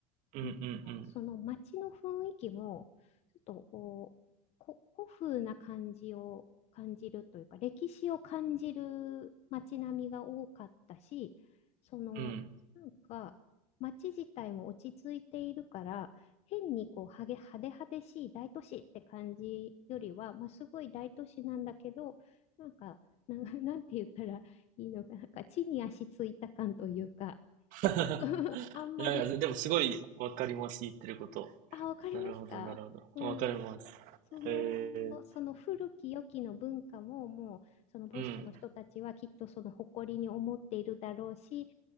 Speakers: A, on the right (about 50°); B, on the left (about 40°).
A: うんうん
B: なんか、その街の雰囲気も、ちょっとこう、こ古風な感じを感じるというか、歴史を感じる街並みが多かったし、その、
A: うん。うん。
B: なんか、街自体も落ち着いているから、変にこう、はげ、派手派手しい大都市って感じよりは、まあ、すごい大都市なんだけど、なんか、なんか、<laughs> なんて言ったらいいのか、なんか、地に足ついた感というか、
A: <laughs>
B: <laughs> あんまり
A: いやいや、でもすごいわかります、言ってること。
B: あ、わかりますかうん。
A: なるほど、なるほど。わかります。
B: その、
A: へえ。
B: その古き良きの文化ももう、そのボストンの人たちはきっとその誇りに思っているだろうし、
A: うん。